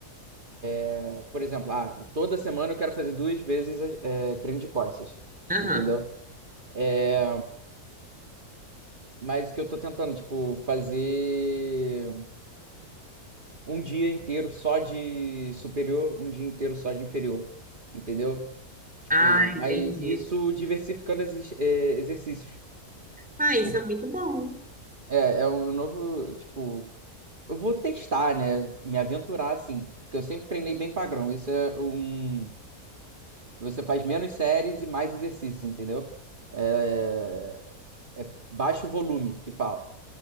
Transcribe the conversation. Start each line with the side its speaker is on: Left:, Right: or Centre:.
Right: eh, por exemplo, ah, toda semana eu quero fazer duas vezes eh, treino de costas,
Centre: aham.
Right: entendeu? É, mas o que eu tô tentando, tipo, fazer um dia inteiro só de superior, um dia inteiro só de inferior, entendeu? Tipo,
Centre: Ah,
Right: mas
Centre: entendi.
Right: isso diversificando esses eh, exercícios.
Centre: Ah, isso
Right: Por-
Centre: é muito bom.
Right: É, é um novo, tipo, Eu vou testar, né? Me aventurar assim, porque eu sempre treinei bem padrão. Isso é um. Você faz menos séries e mais exercícios, entendeu? É, é baixo volume que fala,